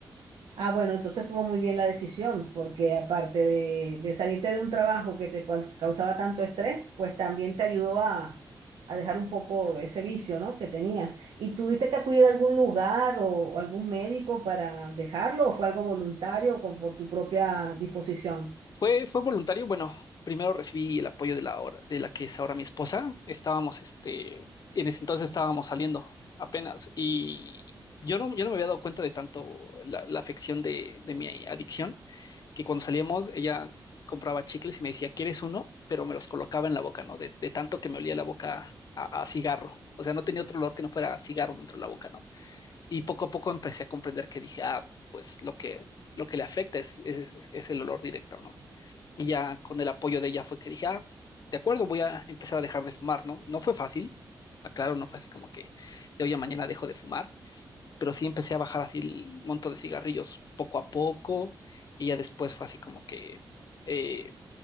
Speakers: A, on the right; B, on the left.
A: Ah, bueno, entonces estuvo muy bien la decisión, porque aparte de, de salirte de un trabajo que te caus- causaba tanto estrés, pues también te ayudó a, a dejar un poco ese vicio, ¿no? que tenías. ¿Y tuviste que acudir a algún lugar o, o algún médico para dejarlo o fue algo voluntario o con- por tu propia disposición?
B: Fue, fue voluntario, bueno, primero recibí el apoyo de la, hora- de la que es ahora mi esposa, estábamos, este, en ese entonces estábamos saliendo apenas, y yo no, yo no me había dado cuenta de tanto la, la afección de de mi adicción que cuando salíamos ella compraba chicles y me decía, ¿quieres uno? Pero me los colocaba en la boca, ¿no? De, de tanto que me olía la boca a, a cigarro. O sea, no tenía otro olor que no fuera cigarro dentro de la boca, ¿no? Y poco a poco empecé a comprender que dije, ah, pues lo que, lo que le afecta es, es, es el olor directo, ¿no? Y ya con el apoyo de ella fue que dije, ah, de acuerdo, voy a empezar a dejar de fumar, ¿no? No fue fácil, claro, no fue así como que de hoy a mañana dejo de fumar, pero sí empecé a bajar así el monto de cigarrillos poco a poco y ya después fue así como que eh,